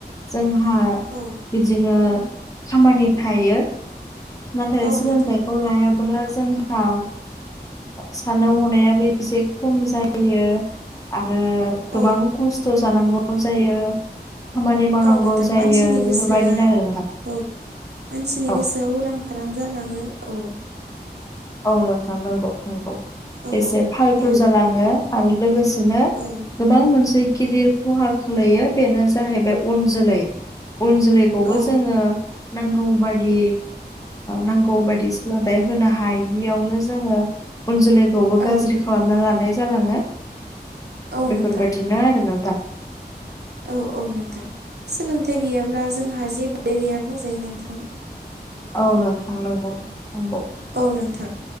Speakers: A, on the left; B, on the right.
A: जोंहा
B: औ
A: बिदिनो खामानि थायो नाथाय
B: औ
A: सोलोंथाइ
B: नोंथां
A: लायाब्ला जोंहा साननाय हनायाबो एसे खम जायो जायो आरो गोबां
B: औ
A: खस्थ' जानांगौ जायो खामानि मावनांगौ
B: औ नोंथां
A: जायो
B: मानसिनि गोसोआ
A: बेफोरबायदिनो आरो नोंथां
B: औ मानसिनि
A: औ।
B: गोसोआव उरां फारां जालाङो औ
A: औ नोंथां नंगौ नंगौ
B: औ
A: एसे फालथु
B: औ
A: जालाङो आरो लोगोसेनो
B: औ
A: गोबां मोनसे गिदिर खहा खोलैयो बेनो जाहैबाय उन जोलै उन जोलैखौबो
B: औ
A: जोङो नांगौ बायदि नांगौ बायदि सोलोंथाइ होनो हानाय <unintelligible> हायियावनो जोङो उन जोलैखौबो
B: औ
A: गाज्रि खालामना लानाय जालाङो
B: औ
A: बेफोर
B: नोंथां
A: बायदिनो आरो नोंथां
B: औ औ नोंथां सोलोंथाइ गैयाब्ला जोंहा जेबो गैया बुंजायो नोंथां
A: औ नोंथां नंगौ नंगौ
B: औ नोंथां